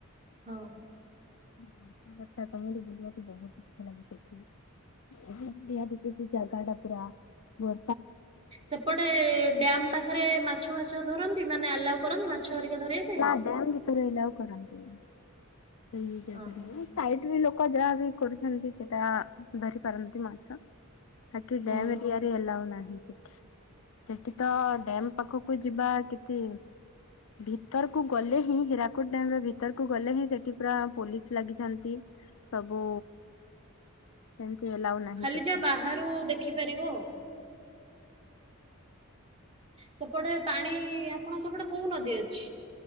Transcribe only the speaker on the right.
ହଉ।
ସେପଟେ ଡ୍ୟାମ ପାଖରେ ମାଛ ଫାଛ ଧରନ୍ତି। ମାନେ ଆଲାଉ କରନ୍ତି? ହରିକା ଧରିବା ପାଇଁ?
ଓହୋ
ହଁ
ଖାଲି
ଯା ବାହାରୁ ଦେଖିପାରିବ ଆଉ। ସେପଟେ ପାଣି ଆପଣଙ୍କ ସେପଟେ କୋଉ ନଦୀ ଅଛି?